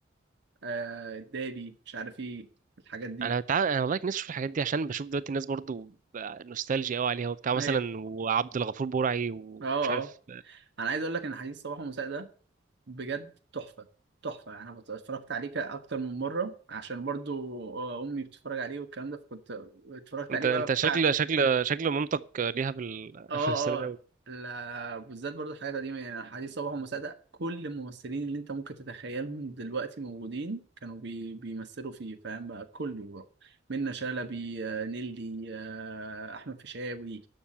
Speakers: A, on the right (about 60°); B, on the right (about 40°).
A: آه الدالي مش عارف ايه الحاجات دي
B: أنا تعال... أنا والله كان نفسي أشوف الحاجات دي عشان بشوف دلوقتي الناس برضه بقى نوستالجيا أوي عليها وبتاع مثلا
A: ايوه
B: وعبد الغفور برعي ومش
A: اه آه.
B: عارف
A: انا عايز اقول لك ان حديث صباح ومساء ده بجد تحفه تحفه يعني انا اتفرجت عليه ك- اكتر من مره عشان برضو آه، امي بتتفرج عليه والكلام ده فكنت اتفرجت
B: أنت
A: عليه
B: أنت
A: بقى
B: شكل شكل شكل مامتك ليها في ال...
A: اه
B: <laughs> في السرد أوي
A: اه لا بالذات برضو الحاجات القديمة يعني حديث صباح ومساعدة كل الممثلين اللي انت ممكن تتخيلهم دلوقتي موجودين كانوا بي بيمثلوا فيه فاهم بقى كله بقى منة شلبي آه، نيلي آه، أحمد فيشاوي